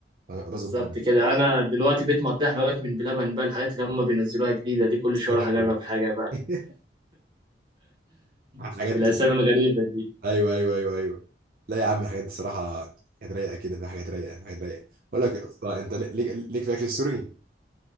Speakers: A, on the right; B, on the right.
A: رز
B: بالظبط
A: بلبن
B: كده انا دلوقتي بقيت مقضيها حلويات من بلبن بقى الحاجات اللي هم بينزلوها جديده دي كل شويه
A: ده
B: اروح
A: شوي.
B: اجرب حاجه بقى
A: <laughs> حاجات
B: <laughs> الاسامي الغريبه دي
A: ايوه ايوه ايوه ايوه لا يا عم الحاجات دي صراحه حاجات رايقه كده في حاجات رايقه حاجات رايقه بقول لك يا اسطى انت ليك ليك في الاكل السوري